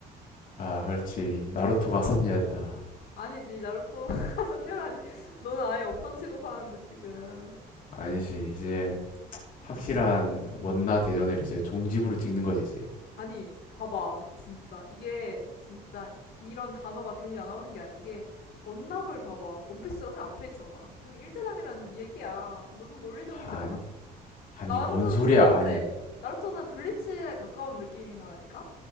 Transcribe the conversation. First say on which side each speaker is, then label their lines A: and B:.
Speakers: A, on the left; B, on the left.
A: 아 그렇지 나루토가 선녀였다.
B: 아니지, 나루토가 <laughs> 선녀라니. 너는 아예 없던 취급하는데, 지금.
A: 아니지 이제 확실한
B: 응.
A: 원나 대전을 이제 종집으로 찍는 거지 이제
B: 아니, 봐봐. 진짜. 이게, 진짜, 이런 단어가 괜히 나오는 게 아닌 게, 원나블 봐봐. 원피스가 맨 앞에 있잖아. 그 일대당이라는 얘기야. 너무 논리적이지
A: 아니
B: 않아?
A: 아니
B: 나루토는
A: 뭔 소리야
B: 두 번째.
A: 아니
B: 나루토는 블리츠에 가까운 느낌인 거라니까?